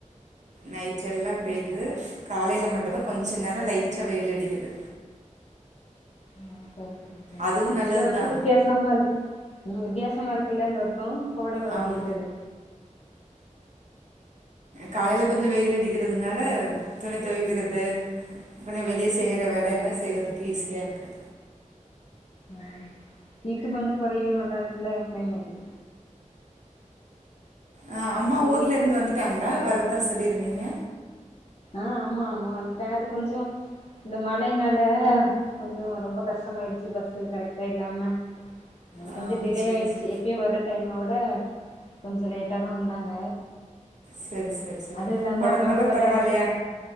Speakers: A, on the right (about 65°); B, on the left (about 55°).
A: நைட் டெல்லா பெய்து காலையில மட்டு வெவ கொஞ்சொ நேரொ லைட்டா வெயில் அடிக்குது
B: அ
A: அதுவு நல்லதுதா
B: இந்த வருஷொ வித்தியாசமா இருக்கு இன்னு வித்தியாசமா இருக்குல்ல இந்த வருஷொ கோடை மழ
A: ஆம்
B: பெஞ்சது
A: காலைல கொஞ்சொ வெயில் அடிக்கிறதுனால துணி தொவக்கிறது கொஞ்சொ வெளிய செயிற வேலயெல்லா செய்யிறதுக்கு ஈஸியா இருக்கு
B: உம் ஹீட்டு கொஞ்சொ கொறையு நல்லா இருக்குல்ல டைம் ஆச்சு
A: அஹ் அம்மா ஊர்ல இருந்து வந்துட்டாங்களா வர்றதா சொல்லிருந்தீங்க
B: ஆஹ் ஆமா ஆமா வந்துட்டாங்க அது கொஞ்சொ இந்த மழை நால கொஞ்சொ ரொம்ப கஷ்டமாயிடுச்சு பஸ் கரெக்டா இல்லாம
A: ஆ
B: கொஞ்ச டிலே
A: சேரி
B: ஆயிடுச்சு
A: சே
B: எப்பயும் வர டைம்ம விட ட கொஞ்சொ லேட்டாதா வந்தாங்க
A: சரி சரி சரி
B: அது இல்லாம
A: ஒடம்பெல்லா
B: அம்மாக்கு வேற
A: பரவால்லியா